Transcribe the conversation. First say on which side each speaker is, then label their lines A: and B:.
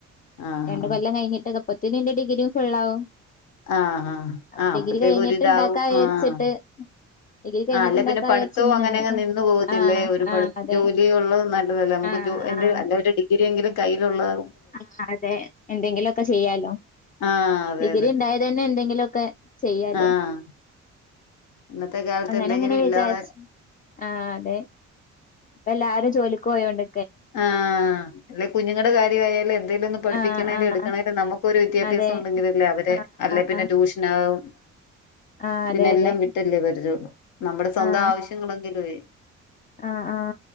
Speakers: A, on the left; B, on the left.
A: ആഹ്
B: രണ്ട് കൊല്ലം കഴിഞ്ഞിട്ടൊക്കെ അപ്പത്തേന് എന്റെ ഡിഗ്രിയും ഫുള്ളാവും.
A: ആഹ് ആഹ് ആഹ്
B: അപ്പൊ
A: ആഹ്
B: ഡിഗ്രി
A: അപ്പത്തേക്ക്
B: കഴിഞ്ഞിട്ട്
A: ഒരിതാവും
B: ഇണ്ടാക്കാ വിചാരിച്ചിട്ട്.
A: ആഹ്
B: ഡിഗ്രി കഴിഞ്ഞിട്ട്ണ്ടാക്കാ
A: ആഹ് അല്ല പിന്നെ പഠിത്തവും
B: ചാരിച്ച് ങ്ങനെ
A: അങ്ങനെങ്ങ്
B: നിന്നതാ
A: നിന്ന് പോകത്തില്ലേ
B: ആഹ്.
A: ഒരു <unintelligible>
B: ആഹ് അതെ
A: ജോലി ഉള്ളത് നല്ലതല്ലെ നമുക്ക്
B: ആഹ്
A: ജോ എന്ത്
B: ആഹ്
A: അല്ലെ ഒരു ഡിഗ്രിയെങ്കിലും കയ്യിലുള്ളത്.
B: ആഹ് അതെ എന്തെങ്കിലൊക്കെ ചെയ്യാലോ
A: ആഹ് അതെ
B: ഡിഗ്രി
A: അതെ
B: ണ്ടായതന്നെ എന്തെങ്കിലൊക്കെ. ചെയ്യാലോ
A: ആഹ് ഇന്നത്തെ കാലത്ത്
B: അങ്ങനെ
A: എന്തെങ്കിലും
B: ങ്ങനെ
A: ഇല്ലാതെ
B: വിചാര്ച്ച്. ആഹ് അതെ. എല്ലാരും ജോലിക്ക് പോയോണ്ട്.
A: ആഹ് ല്ലെ കുഞ്ഞുങ്ങടെ കാര്യമായാലും എന്തെലും ഒന്ന് പഠപ്പിക്കണേലും
B: ആഹ് ആഹ്
A: എടുക്കണേ നമുക്കൊരു വിദ്യാഭ്യാസം
B: അതെ
A: ഉണ്ടെക്കിലല്ലേ അവരെ
B: ആഹ്
A: അല്ലെ പിന്നെ
B: ആഹ്
A: ട്യൂഷനാവും
B: ആഹ്
A: പിന്നെല്ലാം
B: അതെ അതെ
A: വിട്ടല്ലേ പരിജയം ഉള്ളൂ നമ്മുടെ സ്വന്തം
B: ആഹ്
A: ആവശ്യങ്ങളെങ്കിലുവേ
B: ആഹ് ആഹ്